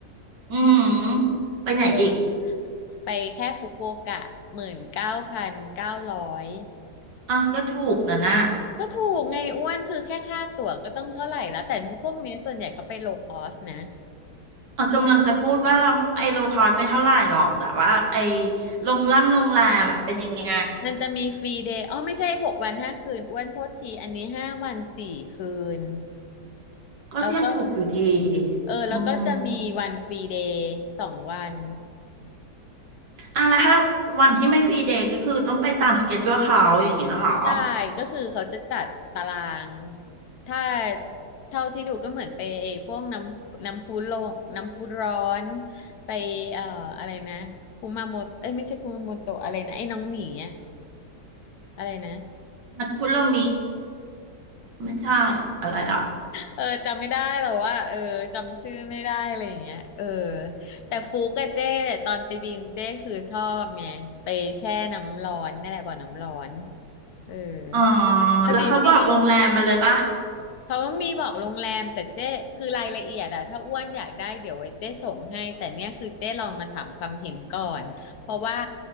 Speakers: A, on the right (about 85°); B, on the left (about 70°).
A: อืมไปไหนอีก
B: เออไปแค่ฟุกุโอกะหมื่นเก้าพันเก้าร้อย
A: อ๋อก็ถูกนะน่ะ
B: ก็ถูกไงอ้วนคือแค่ค่าตั๋วก็ต้องเท่าไหร่แล้วแต่พวกเนี้ยส่วนใหญ่เขาไปโลคอสนะ
A: เออกำลังจะพูดว่าเราไอโลคอร์สไม่เท่าไหร่หรอกแต่ว่าไอโรงล่ำโรงแรมอ่ะเป็นยังไง
B: มันจะมีฟรีเดย์อ๋อไม่ใช่หกวันห้าคืนอ้วนโทษทีอันนี้ห้าวันสี่คืน
A: ก็ยังถูกอยู่ดี
B: แล้วก็เออ แล้วก็จะมีวันฟรีเดย์สองวัน
A: อืมอ่ะแล้วถ้าวันที่ไม่ฟรีเดย์ก็คือต้องไปตามสเกจ u ู e เขาอย่างเงี้ยเหรอ
B: ใช่ก็คือเขาจะจัดตาราง ถ้าเท่าที่ดูก็เหมือนไปไอ้พวกน้ำน้ำพุลงน้ำพุร้อนไปเอ่ออะไรนะคุมาโมโตเอ้ยไม่ใช่คุมาโมโตะอะไรนะ ไอ้น้องหมีอะอะไรนะ
A: คุโรมิ ไม่ใช่อะไรอ่ะ
B: เออจำไม่ได้หรอกว่าเออจำชื่อไม่ได้อะไรอย่างเงี้ยเออแต่ฟุกกับเจ้ตอนไปบินเจ้คือชอบไงไปแช่น้ำร้อนนั่นแหละบ่อน้ำร้อนเออ
A: อ๋อ
B: เอาจริง
A: แล้วเขาบอกโรงแรมมาเลยปะ
B: ๆเขามีบอกโรงแรมแต่เจ้คือรายละเอียดอะถ้าอ้วนอยากได้เดี๋ยวไว้เจ้ส่งให้แต่เนี่ยคือเจ้ลองมาถามความเห็นก่อนเพราะว่า